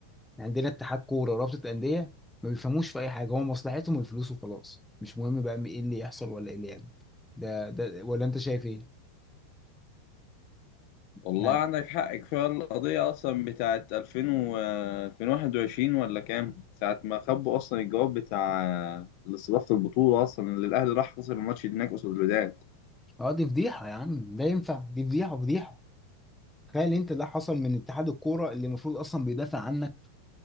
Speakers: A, in the centre; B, on the left (about 40°).
A: عندنا اتحاد كوره ورابطه انديه ما بيفهموش في اي حاجه هو مصلحتهم الفلوس وخلاص مش مهم بقى ايه اللي يحصل ولا ايه اللي يعمل ده ده ولا انت شايف ايه
B: والله
A: يعني
B: عندك حق كفاية القضية أصلا بتاعت 2000 و 2021 ولا كام ساعة ما خبوا أصلا الجواب بتاع استضافة البطولة أصلا اللي الأهلي راح خسر الماتش هناك قصاد الوداد
A: اه دي فضيحه يا عم ده ينفع دي فضيحه فضيحه تخيل انت ده حصل من اتحاد الكوره اللي المفروض اصلا بيدافع عنك